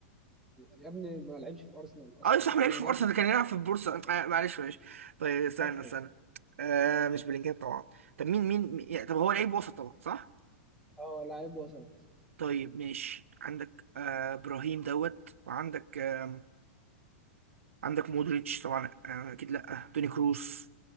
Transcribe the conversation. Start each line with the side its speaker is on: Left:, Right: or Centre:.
Centre: يا ابني ما لعبش في ارسنال اصلا
Right: اه صح
Centre: بلينجهام
Right: ما لعبش في ارسنال كان يلعب في البورصة آه معلش معلش طيب استنى
Centre: ركز
Right: استنى آه مش بلينجهام طبعا طب مين مين مين- يعني طب هو لعيب وسط طبعا صح
Centre: اه لاعب وسط
Right: طيب ماشي عندك آه ابراهيم دوت وعندك آه عندك مودريتش طبعا آه اكيد لا توني كروس